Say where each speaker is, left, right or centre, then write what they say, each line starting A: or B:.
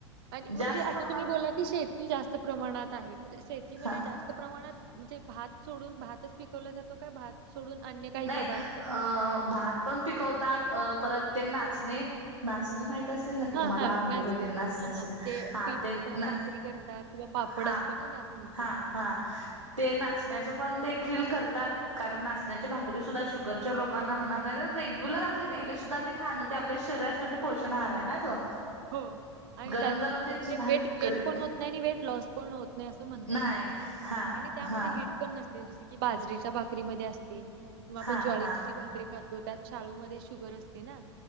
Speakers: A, on the right; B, on the right.
A: आणि म्हणजे
B: जास्त
A: आता
B: प्रमाणात
A: तुम्ही बोला की शेत ती जास्त प्रमाणात आहे. म्हणजे शेतीमध्ये
B: हा
A: जास्त प्रमाणात म्हणजे भात सोडून, भातच पिकवला जातो का भात? सोडून अन्य काही
B: नाही,
A: पदार्थ म्हणजे
B: अ भात. पण पिकवतात. परत ते नाचणे. नाचणे माहित असतील ना की
A: हा
B: तुम्हाला?
A: हा
B: आंबिल
A: नाचणीच
B: वगैरे नाचणेच
A: हा हा
B: त्या
A: ते
B: हा
A: पीठ
B: ते
A: असतं
B: ना
A: भाकरी करतात किंवा पापड
B: हा.
A: असते ना नाचणीचे
B: हा हा ते नाचण्याच पण देखील करतात. कारण नाच ण्या भाकरी सुद्धा शुगरच्या लोकांना म्हणा, नाहीतर रेग्युलर आपले डेली सुद्धा ते खाणं ते आपल्या शरीरासाठी पोषण आहार आहे ना तो.
A: हो. आणि
B: गरम
A: त्याच्यामध्ये
B: गरम त्याची
A: ते
B: भाकरी
A: वेट गेन पण होत नाही आणि वेट लॉस पण होत नाही असं म्हणतात
B: नाही
A: म्हणजे सगळ्यांनी
B: हा
A: त्यामध्ये
B: हा
A: हिट पण नसते. जस की बाजरीच्या भाकरीमध्ये असते किंवा आपण
B: हा
A: ज्वारीची
B: हा
A: जी भाकरी खात तो. त्यात शाळूमध्ये शुगर असते ना